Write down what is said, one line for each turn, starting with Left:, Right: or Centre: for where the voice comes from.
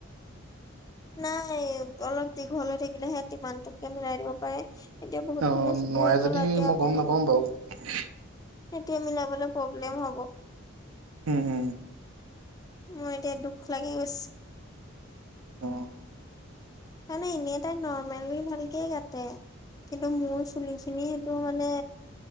Left: নাই অলপ দীঘল হৈ থাকিলেহে সিহঁতি ইমানটোকে মিলাই দিব পাৰে। এতিয়া বহুতখিনি
Right: অ'
Left: ছুটি
Right: নোৱাৰে
Left: হৈ গ'ল
Right: যদি
Left: এতিয়া
Right: মই
Left: আকৌ
Right: গম
Left: মি
Right: নাপাওঁ <inaudible>
Left: এতিয়া মিলাবলে প্ৰব্লেম হ'ব।
Right: হম- হম
Left: মোৰ এতিয়া দুখ লাগি গৈছে।
Right: অ',
Left: তামানে এনেই তাই নৰ্মেলি ভালকেই কাটে কিন কিন্তু মোৰ চুলিখিনি সেইটো মানে